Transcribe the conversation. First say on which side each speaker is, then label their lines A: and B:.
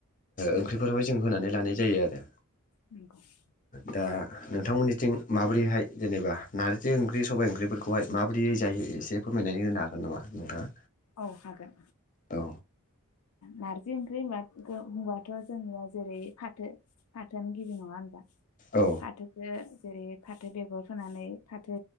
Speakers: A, on the left (about 35°); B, on the left (about 75°).
A: ओंख्रिफोरावहाय जों होनानै लानाय जायो आरो
B: नंगौ <inaudible>
A: दा नोंथांमोननिथिं माबोरैहाय जेनेबा नारजि ओंख्रि सबाइ ओंख्रिफोरखौहाय माबोरै जायो एसे फोरमायनानै होनो हागोन नामा नोंथाङा?
B: औ हागोन
A: औ
B: नारजि ओंख्रि होनबा होनबाथ' जेनेबा जेरै फाथो फाथोआनो गिबि नङा होनबा
A: औ
B: फाथोखो जेरे फाथो बेगर फोनानै फाथो